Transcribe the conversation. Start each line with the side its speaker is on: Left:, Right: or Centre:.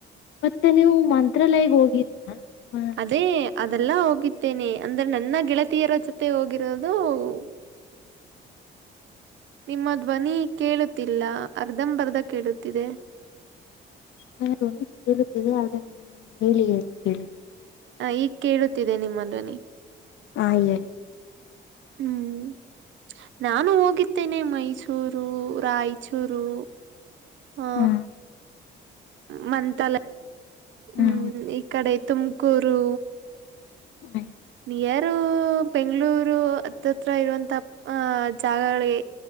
Left: ಮತ್ತೆ ನೀವು ಮಂತ್ರಾಲಯಗ್ ಹೋಗಿರಲ್ವಾ
Right: ಅದೇ ಅದೆಲ್ಲ ಹೋಗಿದ್ದೇನೆ ಅಂದ್ರೆ ನನ್ನ ಗೆಳತಿಯರ ಜೊತೆ ಹೋಗಿರೋದು <unintelligible> ನಿಮ್ಮ ಧ್ವನಿ ಕೇಳುತ್ತಿಲ್ಲ ಅರ್ಧಂಬರ್ಧ ಕೇಳುತ್ತಿದೆ
Left: ನಾ ಧ್ವನಿ ಕೇಳುತ್ತಿದೆ ಆದ್ರ ಹೇಳಿ ಅ ಕೇಳಿ <unintelligible>
Right: ಹ ಈಗ್ ಕೇಳುತ್ತಿದೆ ನಿಮ್ಮ ಧ್ವನಿ
Left: ಹಾ ಇಲ್ಲೇ
Right: ಹ್ಮ್ ನಾನು ಹೋಗಿದ್ದೇನೆ ಮೈಸೂರು ರಾಯಚೂರು ಆ
Left: ಹಾ
Right: ಮಂತಾಲ ಹ್ಮ್
Left: ಹ ಹೌದಾ
Right: <inaudible> ಇಕಡೆ ತುಮಕೂರು
Left: ಹ
Right: ನಿಯರು ಬೆಂಗಳೂರು ಹತ್ತತ್ರ ಇರುವಂತ ಅಹ ಜಾಗಗಳಿಗೆ